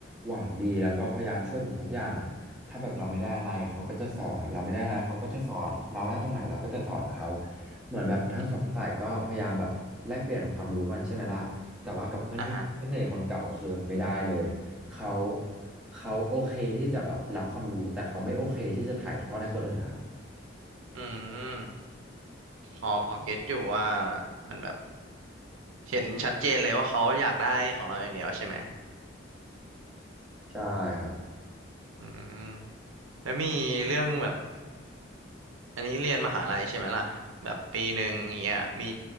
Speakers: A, in the centre; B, on the right (about 85°).
A: หวังดีแล้วก็พยายามช่วยผมทุกอย่างอ่ะ ถ้าแบบเราไม่ได้อะไรเขาก็จะสอนเราไม่ได้อะไรเขาก็จะสอนเราได้ตรงไหนเราก็จะสอนเขาเหมือนแบบทั้งสองฝ่ายก็พยายามแบบแลกเปลี่ยนความรู้กันใช่ไหมล่ะแต่ว่ากับเพื่อนเพื่อนสนิทคนเก่าก็คือไม่ได้เลยเขา
B: อืมอ่าฮะ
A: เขาโอเคที่จะแบบรับความรู้แต่เขาไม่โอเคที่จะถ่ายทอดให้คนอื่นนะครับ
B: อืมพอพอเก็ตอยู่ว่ามันแบบ เห็นชัดเจนเลยว่าเขาอยากได้ของเราอย่างเดียวใช่ไหม
A: ใช่ครับ
B: อืมแล้วมีเรื่องแบบอันนี้เรียนมหาลัยใช่ไหมล่ะแบบปีหนึ่งอย่างเงี้ยมี